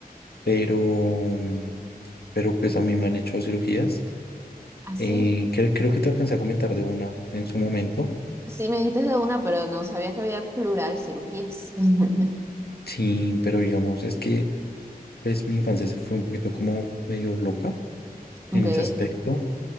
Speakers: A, on the left; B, on the right.
A: pero, mm, pero pues a mí me han hecho cirugías.
B: Así,
A: Eh, cre- creo que te alcancé a comentar de una en su momento.
B: sí me dijiste de una, pero no sabía que había plural cirugías. <laughs>
A: Sí, pero digamos, es que pues mi infancia se fue un poquito como medio loca en
B: Ok,
A: ese aspecto.